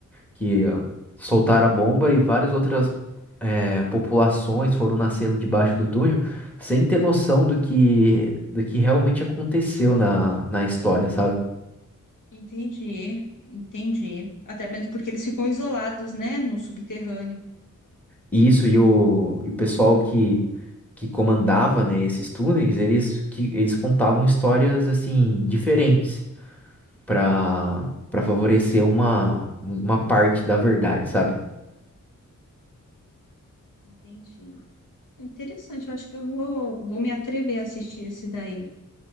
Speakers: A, in the centre; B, on the left.
A: que ah, soltaram a bomba e várias outras eh, populações foram nascendo debaixo do túnel sem ter noção do que, do que realmente aconteceu na, na história, sabe?
B: Entendi, entendi. Até mesmo porque eles ficam isolados, né, no subterrâneo.
A: E Isso e o, e o pessoal que, que comandava, né, esses túneis, eles, que, eles contavam histórias, assim, diferentes para para favorecer uma, uma parte da verdade, sabe?
B: Entendi. Interessante, eu acho que eu vou, vou me atrever a assistir esse daí.